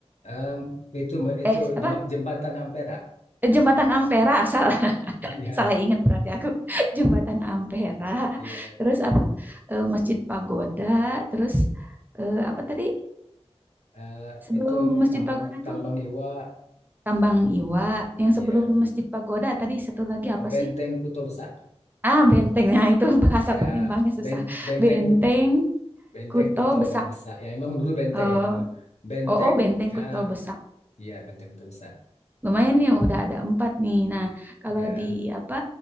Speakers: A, on the left; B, on the right.
A: Em, itu itu
B: Eh, apa?
A: jemba- jembatan Ampera.
B: Eh, Jembatan Ampera. <laughs> Salah,
A: Iya.
B: salah ingat berarti aku. <laughs> Jembatan Ampera.
A: Iya,
B: Terus apa? Eh, Masjid Pagoda. Terus eh, apa tadi?
A: gitu, Bu. Eh,
B: Sebelum
A: itu
B: Masjid
A: Kambang
B: Pagoda
A: Kambang
B: tuh
A: Iwa,
B: Tambang Iwa. Yang
A: ya
B: sebelum Masjid Pagoda tadi satu lagi apa
A: Benteng
B: sih?
A: Kuto Besak,
B: Ah, benteng. Nah, itu <laughs> bahasa
A: ya
B: Palembangnya susah.
A: ben, Benteng
B: Benteng,
A: Kut Benteng
B: Kuto,
A: Kuto
B: Besak.
A: Besak, ya emang dulu benteng
B: Eh,
A: emang dulu benteng,
B: Oh, oh, Benteng
A: ya,
B: Kuto Besak.
A: iya Benteng Kuto Besak,
B: Lumayan nih, udah ada empat nih. Nah, kalau
A: ya
B: di apa